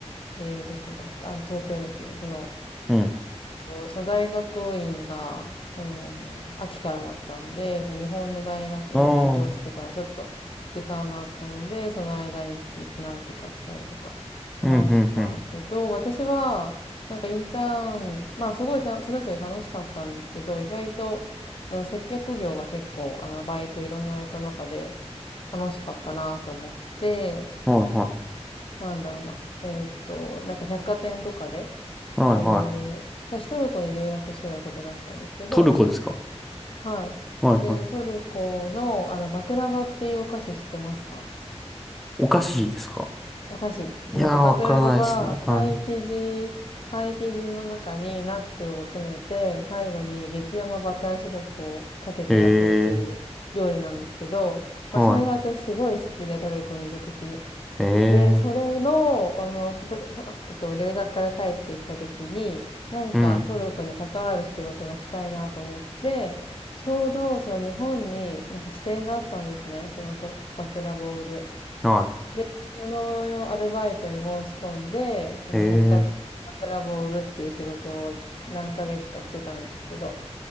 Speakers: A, on the left (about 50°); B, in the centre.
A: えー、どこだっけ、あ、東京ですね。その、
B: うん。
A: えっと、その大学院が、その、秋からだったんで、その日本の大学を卒業してからちょっと時間があったので、
B: ああ。
A: その間になんとかしたりとかしましたけど、
B: うんうんうん。
A: 私は、なんかインターン、まあすごいたそれぞれ楽しかったんですけど、意外と、あの、接客業が結構、あの、バイトいろんなやった中で楽しかったなと思って、
B: はいはい。
A: なんだろうな。えーっと、なんか百貨店とかで、
B: はいはい。
A: えー、私トルコに留学してたことがあったんですけど、
B: トルコですか
A: はい。
B: はいはい。
A: で、トルコの、あの、バクラバっていうお菓子知ってますか
B: お菓子ですか
A: お菓子。
B: いやー、
A: なんかバクラバは、
B: わからないですね。
A: パイ生地、
B: は
A: パイ生地の中にナッツを詰めて、最後に激甘バターシロップをかけて焼くっていう料理なんですけど、
B: い。ええ
A: まあ、
B: ー、はい。
A: それが私すごい好きで、トルコにいた時に。
B: ええ
A: で、それの、
B: ー、
A: あの、ふとそあえっと、留学から帰ってきたときに、なんかトルコに関わる仕事がしたいなと思って、
B: うん。
A: ちょうどその日本になんか支店があったんですね、そのと、バクラボを売ル。
B: は
A: で、そのアルバイトに申し込んで、その百貨店でバクラボを売るっていう仕事を何ヶ月かしてたんですけど、
B: い。ええ